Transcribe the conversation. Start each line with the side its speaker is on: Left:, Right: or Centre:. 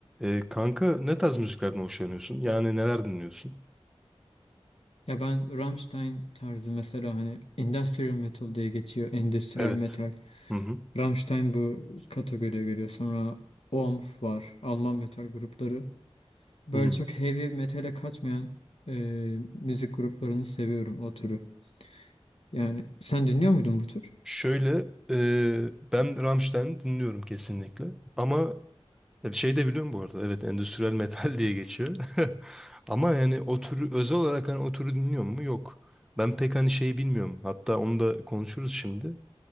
Centre: E, kanka ne tarz müziklerden hoşlanıyorsun? Yani neler dinliyorsun?
Left: Ya ben Rammstein tarzı mesela hani industrial metal diye geçiyor. Endüstriyel
Centre: Evet.
Left: metal.
Centre: Hı hı.
Left: Rammstein bu kategoriye giriyor. Sonra OMF var. Alman metal grupları. Böyle
Centre: Hı.
Left: çok heavy metale kaçmayan e, müzik gruplarını seviyorum o türü. Yani sen dinliyor muydun bu tür?
Centre: Şöyle e, ben Rammstein'i dinliyorum kesinlikle. Ama şey de biliyorum bu arada. Evet endüstriyel metal <laughs> diye geçiyor. <laughs> Ama yani o türü özel olarak hani o türü dinliyor mu? Yok. Ben pek hani şeyi bilmiyorum. Hatta onu da konuşuruz şimdi.